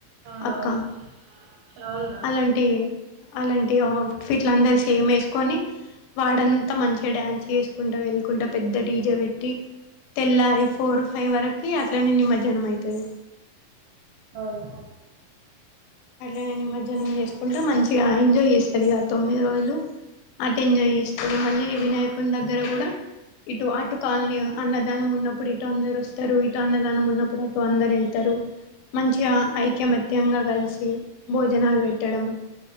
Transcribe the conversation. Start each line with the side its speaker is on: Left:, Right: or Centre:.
Right: అవునవును
Left: అక్క
Right: అవునురా
Left: అలాంటి అలాంటి ఆ ఫిట్స్ అందరు సేమ్ ఏసుకోని వాడంత మంచిగ డాన్స్ చేసుకుంట వేళ్ళుకుంట పెద్ద డీజె పె పెట్టి తెల్లారి ఫోర్ ఫై వరకి అట్లనే నిమజ్జనం అయితది
Right: అవును
Left: అట్లనే నిమజ్జనం చేసుకుంట మంచిగ ఎంజాయ్ చేస్తరు ఇగ తొమ్మిది రోజులు అట్ల ఎంజాయ్ చేస్తరు మళ్ళీ వినాయకుని దగ్గర గూడా ఇటు అటు కాలనీ అన్నదానం ఉన్నప్పుడు ఇటు అందరు వస్తరు ఇటు అన్నదానం ఉన్నప్పుడు అటు అందరు ఎళ్తరు మంచిగా, ఐకమత్యంగా కలిసి భోజనాలు వెట్టడం.